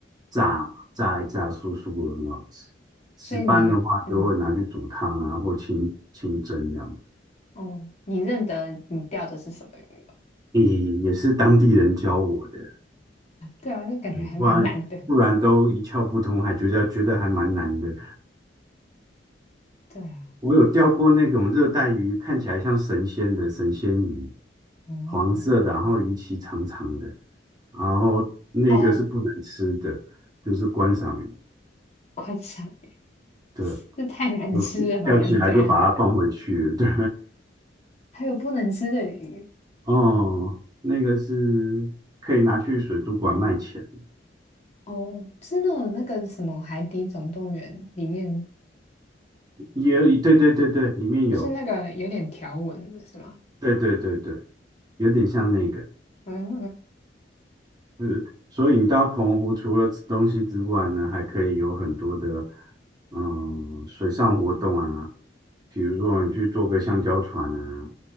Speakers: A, on the right; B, on the left.
A: 炸嘛，炸一炸酥酥的，很好吃。石斑的话就会拿去煮汤啊，
B: 所以你嗯，
A: 或清清蒸这样。
B: 哦，你认得你钓的是什么鱼吗？
A: 也也是当地人教我的，
B: 对啊，那感觉还蛮难的。
A: 对不然不然都一窍不通，还觉得觉得还蛮难的。
B: 对啊，
A: 我有钓过那种热带鱼，看起来像神仙的神仙鱼，
B: 哦
A: 黄色的，然后鱼鳍长长的，然后那个是不能吃的，
B: 哦，
A: 就是观赏鱼。
B: 观赏鱼，
A: 对，
B: 这太难吃了吗？
A: 我钓起来就把它放回去了。
B: 还是怎样？
A: 对，
B: 还有不能吃的鱼？
A: <laughs> 哦，那个是可以拿去水族馆卖钱，
B: 哦，真的那个什么《海底总动员》里面，
A: 也对对对对，里面有，
B: 就是那个有点条纹的是吗？
A: 对对对对，有点像那个。
B: 嗯
A: 是，所以你到澎湖除了吃东西之外呢，还可以有很多的嗯水上活动啊，比如说你去坐个橡胶船啊，